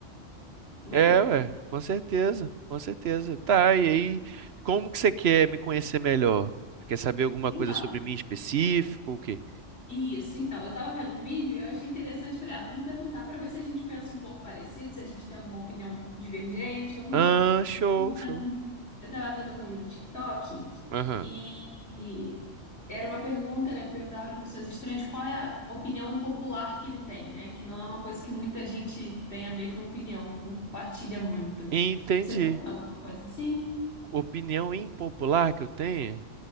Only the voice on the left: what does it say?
né?
Então,
isso. Então, eu tava vendo um vídeo e eu achei interessante. Falei, ah, vamos perguntar para ver se a gente pensa um pouco parecido, se a gente tem alguma opinião divergente. Vamos
lá.
Eu tava
vendo, um, eu tava vendo um vídeo no TikTok.
E, e era uma pergunta, né? Perguntava para pessoas estranhas qual é a opinião impopular que ele tem, né? Que não é uma coisa que muita gente tem a mesma opinião, não compartilha muito.
Você tem alguma coisa assim?